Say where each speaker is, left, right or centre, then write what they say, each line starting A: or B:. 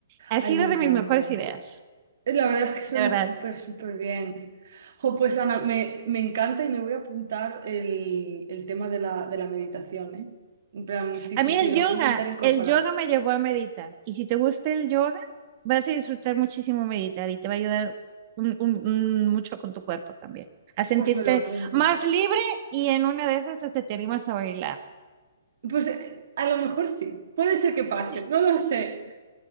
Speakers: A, on the right; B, on the right.
A: Ha
B: Ay,
A: sido
B: me encanta.
A: de mis mejores ideas,
B: Eh, La verdad es que suena
A: de verdad.
B: súper, súper bien. Jo, pues Ana, me, me encanta y me voy a apuntar el, el tema de la, de la meditación, ¿eh? En plan, sí,
A: A
B: sí,
A: mí
B: sí,
A: el
B: lo
A: yoga,
B: voy a intentar incorporar.
A: el yoga me llevó a meditar y si te gusta el yoga, vas a disfrutar muchísimo meditar y te va a ayudar un- un- un mucho con tu cuerpo también, a sentirte
B: Pues me lo apunto.
A: más libre y en una de esas este, te animas a bailar.
B: Pues eh, a lo mejor sí, puede ser que pase,
A: <laughs>
B: no lo sé.